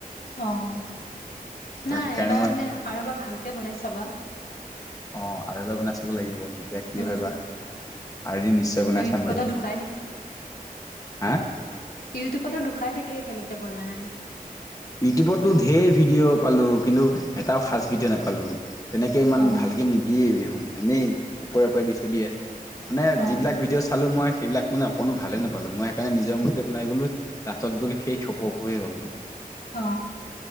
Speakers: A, on the left; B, on the left.
A: অ',
B: ত
A: নাই
B: সেইকাৰণে
A: এবাৰ
B: মই
A: মানে আৰু এবাৰ ভালকে বনাই চাবা
B: অ আৰু এবাৰ আপোনাৰ চাব লাগিব তেতিয়া কি
A: উম,
B: হয় বা আৰু এদিন নিশ্চয় বনাই
A: ইউটিউবতে
B: চাম বাৰু
A: দুখাই
B: হা
A: ইউটিউবতো দুোখাই থাকে কেনেকে বনাই
B: ইউটিউবতো ধঢেৰ ভিডিঅ' পালো কিন্তু এটাও সাঁচ ভিডিঅ' নাপালো তেনেকে ইমান
A: অ',
B: ভালকে নিদিয়ে দেখোন এনেই ওপৰে ওপৰে দি থৈ দিয়ে মানে
A: অ',
B: যিবিলাক ভিডিঅ' চালো মই সেইবিলাকান অকণো ভালে নাপালো মই সেইকাৰণে নিজৰ মূতে বনাই গ'লো ৰা্তত গলো সেই খেপো ফহে হ'ল
A: অ